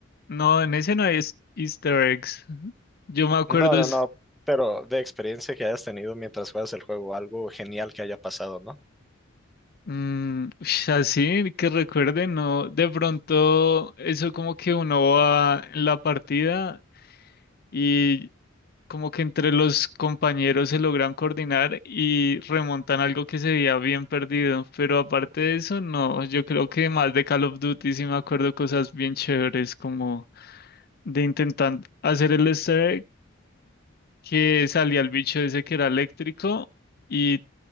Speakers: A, on the left; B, in the centre.
A: no, en ese no hay es- Easter eggs. Yo me acuerdo
B: No, no,
A: es
B: no, pero de experiencia que hayas tenido mientras juegas el juego, algo genial que haya pasado, ¿no?
A: Mm, ush, así que recuerde, no, de pronto eso como que uno va en la partida y como que entre los compañeros se logran coordinar y remontan algo que se veía bien perdido, pero aparte de eso, no, yo creo que más de Call of Duty sí me acuerdo cosas bien chéveres como de intentar hacer el easter egg, que salía el bicho ese que era eléctrico. Y